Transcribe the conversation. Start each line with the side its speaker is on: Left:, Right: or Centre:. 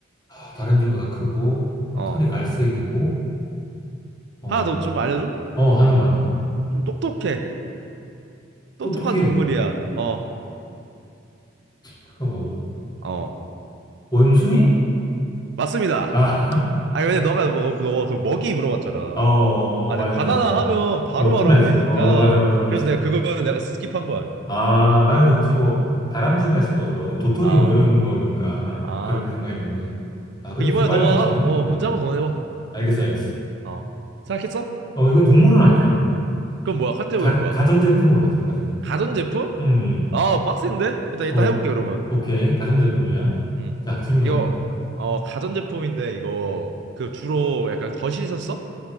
Left: 아, 다람쥐보다 크고, 어,
Right: 어.
Left: 털이 갈색이고, 어,
Right: 하나 더 좀 알려줘?
Left: 어, 하나만 더. 어.
Right: 좀 똑똑해. 똑똑한
Left: 똑똑해.
Right: 동물이야. 어,
Left: 잠깐만,
Right: 어.
Left: 원숭이?
Right: 맞습니다.
Left: 아,
Right: 아니, 근데 너가, 뭐, 너가 그 먹이 물어봤잖아.
Left: <laughs> 어, 어,
Right: 아,
Left: 맞아,
Right: 근데 바나나
Left: 맞아.
Right: 하면 바로
Left: 어, 끝나지.
Right: 알아버리니까.
Left: 어, 맞아, 맞아, 맞아.
Right: 그래서 내가 그거는 내가 스킵한 거야.
Left: 아, 나는 혹시 뭐, 다람쥐인가 싶어서. 그럼 도토리
Right: 아,
Left: 뭐 이런 거니까.
Right: 아.
Left: 그렇게 생각했는데. 아, 그래도
Right: 그 이번에
Left: 좀 빨리
Right: 너가,
Left: 맞춰네.
Right: 어, 문제
Left: 응.
Right: 한번 더 내봐.
Left: 알겠어, 알겠어.
Right: 어. 생각했어?
Left: 어, 이건 동물은 아니야.
Right: 그럼 뭐야? 카테고리
Left: 가,
Right: 뭐야?
Left: 가전제품으로 하자, 가전제품.
Right: 가전제품?
Left: 음, 음.
Right: 아, 빡센데? 일단, 일단
Left: 어,
Right: 해볼게, 그러면.
Left: 오케이. 가전제품이야.
Right: 음.
Left: 자, 질문해봐.
Right: 이거 어 가전제품인데 이거 그 주로 약간 거실에서 써?